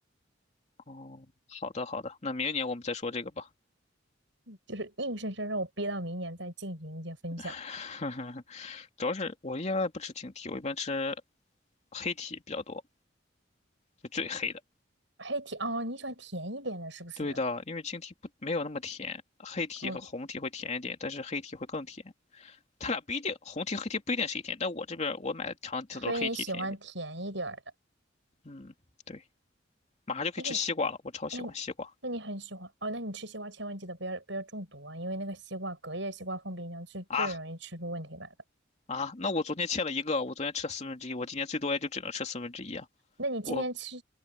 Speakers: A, on the left; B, on the right.
A: 哦，好的好的，那明年我们再说这个吧。
B: 就是硬生生让我憋到明年再进行一些分享，
A: <laughs>
B: 是吧？
A: 主要是我一般不吃青提，我一般吃黑提比较多，就最黑的。
B: 黑甜哦，你喜欢甜一点的，是不是？
A: 对的，因为青提不没有那么甜，黑提和红提会甜一点，
B: 哦，
A: 但是黑提会更甜。它俩不一定，红 T 黑 T 不一定是一天，但我这边我买的长的都是黑
B: 所以你喜欢甜一点儿的。
A: T 甜一点。嗯，对，马上就可以吃西瓜了，
B: 哎，那你
A: 我超喜欢西瓜
B: 那你那你很喜欢哦？那你吃西瓜千万记得不要不要中毒啊，因为那个西瓜隔夜西瓜放冰箱是最容易吃出问题来的。
A: 啊啊！那我昨天切了一个，我昨天吃了四分之一，我今天最多也就只能吃四分之一啊。
B: 那你今天吃
A: 我